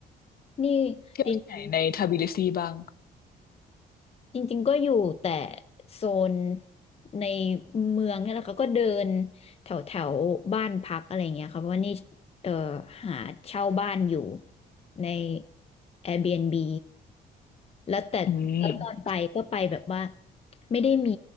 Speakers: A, on the left; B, on the left.
A: นี่
B: เที่ยวที่ไหนในทบิลิซีบ้าง
A: จริงๆจริงๆก็อยู่แต่โซนในเมืองเนี่ยแหละค่ะก็เดินแถวแถวบ้านพักอะไรอย่างเงี้ยค่ะเพราะว่านี่เอ่อหาเช่าบ้านอยู่ใน Airbnb แล้วแต่แล้วตอนไปก็ไปแบบว่า
B: อืม
A: ไม่ได้มี